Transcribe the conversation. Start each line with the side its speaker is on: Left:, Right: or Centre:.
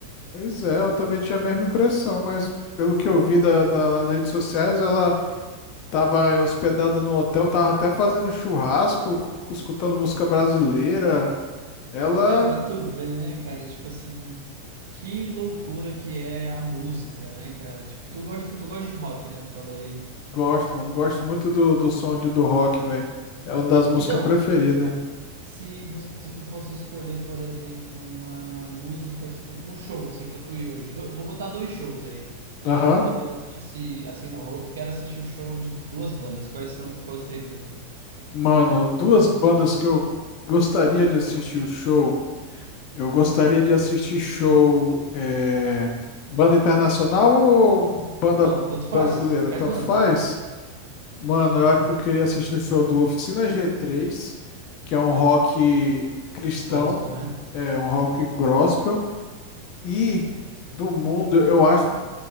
Left: Pois é, eu também tinha a mesma impressão, mas pelo que eu vi da- da- nas redes sociais, ela estava hospedada no hotel, estava até fazendo churrasco, cu- escutando música brasileira. Ela
Right: Cara, pra tu ver, né, cara? Tipo assim, que loucura que é a música, né, cara? Tipo, tu gosta, tu gosta de rock, né? Tu falou aí.
Left: Gosto, mano. Gosto muito do, do som de, do rock, velho. É uma das músicas
Right: Então,
Left: preferidas.
Right: se você, se tu fosse escolher, por exemplo, uma música, assim, um um show, assim, pra tu ir hoje. do- vou botar dois shows aí.
Left: Aham.
Right: Pra tu poder hoje se. Assim, não, eu quero assistir o show de duas bandas. Quais são, quais seriam?
Left: Mano, duas bandas que eu gostaria de assistir o show. Eu gostaria de assistir show. é, Banda internacional ou banda
Right: Não, tanto faz,
Left: brasileira?
Right: qualquer
Left: Tanto
Right: banda.
Left: faz. Mano, eu acho que eu queria assistir o show do Oficina G3, que é um rock cristão,
Right: Gospel, né?
Left: é um rock gospel. E do mundo, eu acho, que